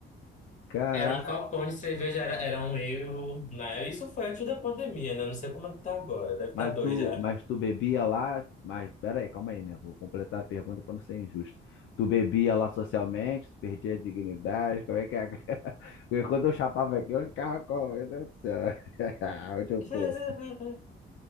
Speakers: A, on the left; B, on the left.
A: Caraca.
B: Era um copão de cerveja, era, era um euro, né? Isso foi antes da pandemia, né? Não sei como é que tá agora, deve
A: Mas
B: estar dois
A: tu,
B: já.
A: mas tu bebia lá. Mas pera aí, calma aí, né? Vou completar a pergunta para não ser injusto. Tu bebia lá socialmente, tu perdia a dignidade, como é que é? <laughs> Porque quando eu chapava aqui, eu ficava com, meu Deus do céu. <laughs> Onde eu
B: <laughs>
A: tô?